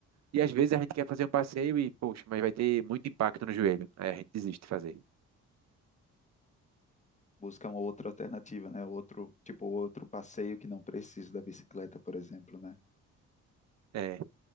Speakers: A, on the right (about 60°); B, on the left (about 25°).
A: E às vezes a gente quer fazer um passeio e, poxa, mas vai ter muito impacto no joelho. Aí a gente desiste de fazer.
B: Busca uma outra alternativa, né? Outro, tipo, outro passeio que não precisa da bicicleta, por exemplo, né?
A: É.